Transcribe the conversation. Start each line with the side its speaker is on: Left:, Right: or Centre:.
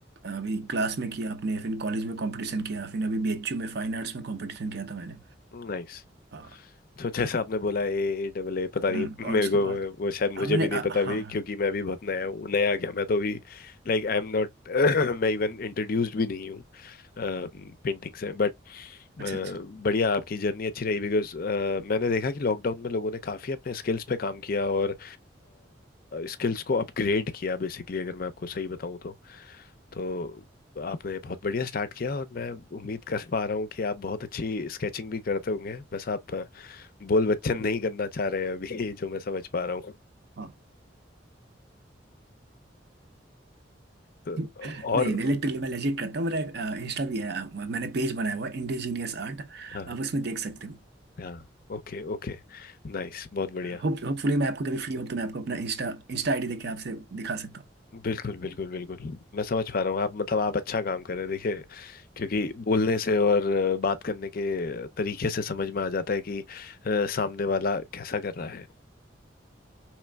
Right: अभी क्लास में किया अपने फिर कॉलेज में कंपटीशन किया फिर अभी बीएचयू में फाइन आर्ट्स में कंपटीशन किया था मैंने
Left: नाइस
Right: अ,
Left: तो जैसे आपने बोला ए ए डबल ए पता
Right: हम्म
Left: नहीं
Right: और
Left: मेरे
Right: उसके
Left: को
Right: बाद
Left: वो शायद मुझे
Right: अब मैंने
Left: भी
Right: अ,
Left: नहीं पता
Right: हाँ
Left: भी
Right: हाँ
Left: क्योंकि मैं भी बहुत नया हूँ नया क्या मैं तो भी लाइक आई एम नॉट <clears throat> मैं इवन इंट्रोड्यूस्ड भी नहीं हूँ पेंटिंग से बट
Right: अच्छा
Left: अ,
Right: अच्छा
Left: बढ़िया आपकी जर्नी अच्छी रही बिकॉज मैंने देखा कि लॉकडाउन में लोगों ने काफ़ी अपने स्किल्स पे काम किया और स्किल्स को अपग्रेड किया बेसिकली अगर मैं आपको सही बताऊं तो तो आपने बहुत बढ़िया स्टार्ट किया और मैं उम्मीद कर पा रहा हूँ कि आप बहुत अच्छी स्केचिंग भी करते होंगे बस आप अ, बोल बच्चन नहीं करना चाह रहे हैं अभी <laughs> जो मैं समझ पा रहा हूँ
Right: हाँ
Left: तो
Right: नहीं
Left: और
Right: लिटरली मैं लेजिट करता हूँ मेरा इंस्टा भी है अ, मैंने पेज बनाया हुआ है इंडिजीनियस आर्ट
Left: हाँ
Right: आप उसमें देख सकते हो
Left: हाँ Okay okay नाइस बहुत बढ़िया
Right: होप होपफुली मैं आपको कभी फ्री हो तो मैं आपको अपना इंस्टा इंस्टा आईडी देके आपसे दिखा सकता हूँ
Left: बिल्कुल बिल्कुल बिल्कुल मैं समझ पा रहा हूँ आप मतलब आप अच्छा काम कर रहे हैं देखिए क्योंकि बोलने से और अ, बात करने के तरीके से समझ में आ जाता है कि अ, सामने वाला कैसा कर रहा है